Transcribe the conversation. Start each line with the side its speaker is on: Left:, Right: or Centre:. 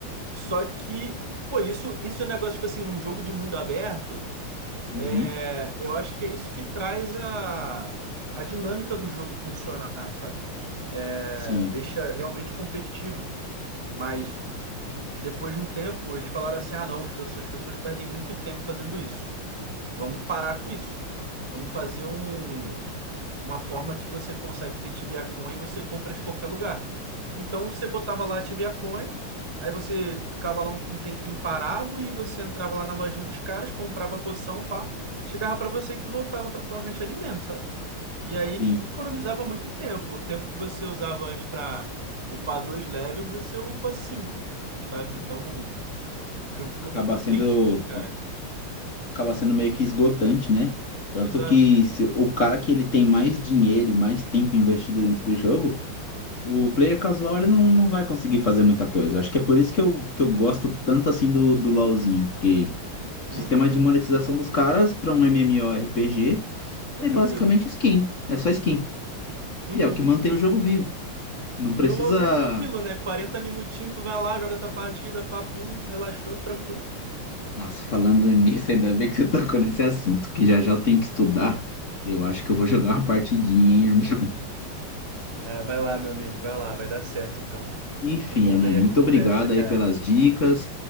Right: Só que, pô, isso, isso é um negócio, tipo assim, num jogo de mundo aberto,
Left: Uhum.
Right: é, eu acho que é isso que traz a, a dinâmica do jogo funcionar, sabe? É,
Left: Sim,
Right: deixa realmente competitivo. Mas. Depois de um tempo, eles falaram assim: ah, não, as pessoas, as pessoas perdem muito tempo fazendo isso. Vamos parar com isso. Vamos fazer um, uma forma que você consegue ter Tibiacoin e você compra de qualquer lugar. Então você botava lá Tibiacoin, aí você ficava lá um, um tempinho parado e você entrava lá na lojinha dos caras, comprava a poção, pá, chegava pra você e tu voltava pra tua ranch ali mesmo, sabe? E aí
Left: sim.
Right: te economizava muito tempo. O tempo que você usava antes para upar dois levels, você upa cinco, sabe? Então o jogo ficou
Left: Acaba
Right: muito
Left: sendo,
Right: pay to win, cara.
Left: acaba sendo meio que esgotante, né? Tanto
Right: Exato.
Left: que se- o cara que ele tem mais dinheiro e mais tempo investido dentro do jogo, o player casual ele não, não vai conseguir fazer muita coisa. Acho que é por isso que eu, que eu gosto tanto assim do, do LoLzinho, porque O
Right: Uhum.
Left: sistema de monetização dos caras para um MMORPG
Right: É
Left: é
Right: tranquilo.
Left: basicamente skin. É só skin.
Right: Uhum.
Left: E é o que mantém o jogo vivo. Não precisa.
Right: E o LoLzinho é tranquilo, né? 40 minutinhos, tu vai lá, joga tua partida, papum, relaxou, tranquilo.
Left: Nossa, falando nisso, ainda bem que você tocou nesse assunto, que já já eu tenho que estudar. Eu acho que eu vou jogar uma partidinha, hein, irmão?
Right: Ah, vai lá, meu amigo, vai lá, vai dar certo então.
Left: Enfim,
Right: Obrigado
Left: irmão,
Right: aí
Left: muito
Right: a conversa,
Left: obrigado
Right: cara.
Left: aí pelas dicas.